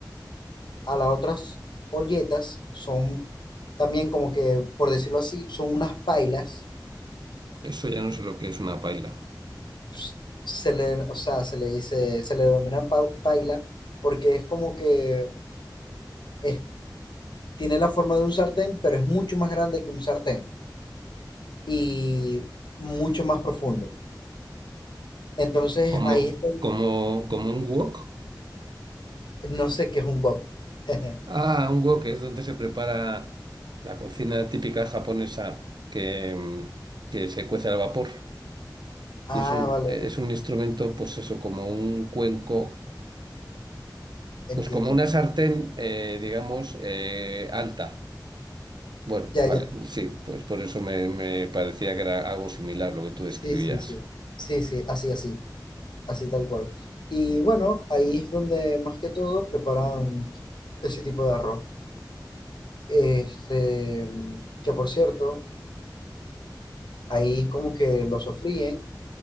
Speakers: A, on the left (about 75°); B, on the right (about 65°).
A: a las otras olletas son también como que, por decirlo así, son unas pailas.
B: Eso ya no sé lo que es una paella.
A: Ps- Se le, o sea, se le dice, se le denomina pa- paila porque es como que es tiene la forma de un sartén, pero es mucho más grande que un sartén y mucho más profundo. Entonces
B: Como,
A: ahí está, el-
B: como, como un wok.
A: no sé qué es un wok. <laughs>
B: Ah, un wok es donde se prepara la cocina típica japonesa que, mm, que se cuece al vapor.
A: Ah,
B: Y es un,
A: vale,
B: es
A: vale,
B: un instrumento, pues eso, como un cuenco
A: entiendo.
B: Pues como una sartén, eh, digamos, eh, alta. Bueno,
A: Ya,
B: vale,
A: ya.
B: sí, pues por eso me, me parecía que era algo similar lo que tú describías.
A: Sí, sí, sí. Sí, sí, así, así, así tal cual. Y bueno, ahí es donde más que todo preparan ese tipo de arroz. Este, que por cierto, ahí como que lo sofríen